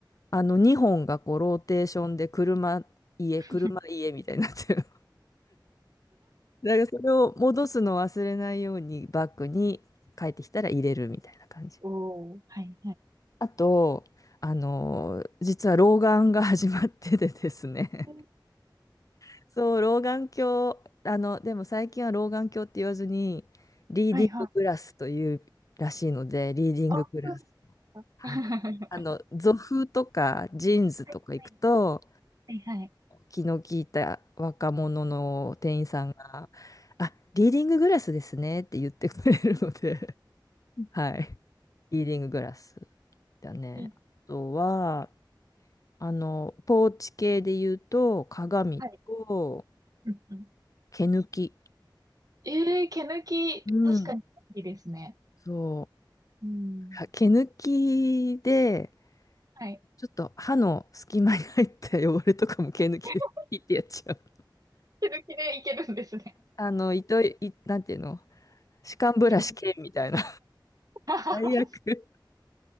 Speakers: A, on the left; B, on the right.
A: あの2本がこうローテーションで車、家、
B: <laughs>
A: 車、家みたいになってるだからそれを戻すのを忘れないようにバッグに帰ってきたら入れるみたいな感じ。
B: おー、はいはい。
A: あと、あの、実は老眼が始まっててですね。
B: うん
A: <laughs> そう、老眼鏡、あの、でも最近は老眼鏡って言わずに、リーディンググラスというらしいので、
B: はいはい。
A: リーディンググラス。
B: あ、そう
A: はいあの、
B: なんだ <laughs>
A: ゾフとかジーンズとか行くと、
B: はいはいはいはい。
A: 気の利いた若者の店員さんが、あ、リーディンググラスですねって言ってくれるので、<laughs> はい。リーディンググラスだね。
B: いいです
A: あとは、あの、ポーチ系で言うと、鏡と
B: はい。うんうん
A: 毛抜き。
B: えー、毛抜き、
A: うん。
B: 確かにいいですね。
A: そう。
B: うん。
A: か毛抜きで、
B: はい
A: ちょっと歯の隙間に入った汚れとかも毛抜きでピッてやっちゃう。
B: <laughs> 気づきでいけるんですね。
A: あの、糸い、なんていうの、歯間ブラシ系みたいな。
B: <laughs> は
A: 最悪。